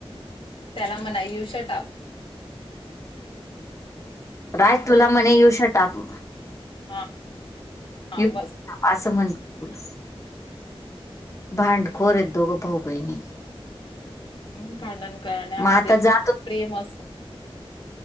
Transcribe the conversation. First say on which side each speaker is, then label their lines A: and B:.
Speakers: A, on the left (about 60°); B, on the left (about 30°).
A: त्याला म्हणा यु षटाप.
B: राज तुला मणे येऊ शटाप.
A: हा हा,
B: असं
A: बस
B: शटाप म्हणते तुला. भांडखोर येत दोघं भाऊ बहिणी
A: ह भांडण करण्यामध्येच
B: मग आता जातो
A: प्रेम असत.